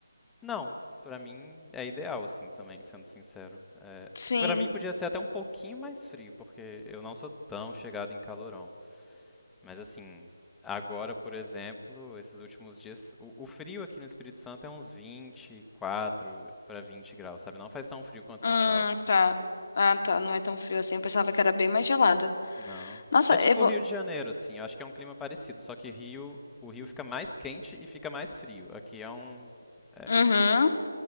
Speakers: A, in the centre; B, on the left (about 40°).
A: Não, pra mim é ideal, assim, também, sendo sincero. É...
B: Sim.
A: Pra mim podia ser até um pouquinho mais frio, porque eu não sou tão chegado em calorão. Mas assim, agora, por exemplo, esses últimos dias, o, o frio aqui no Espírito Santo é uns 24 para 20 graus, sabe? Não faz tão frio quanto
B: Hum,
A: São Paulo.
B: tá. Ah, tá. Não é tão frio assim. Eu pensava que era bem mais gelado.
A: Não.
B: Nossa,
A: É tipo
B: eu vou.
A: o Rio de Janeiro, assim. Eu acho que é um clima parecido, só que Rio, o Rio fica mais quente e fica mais frio. Aqui é um, é,
B: Uhum.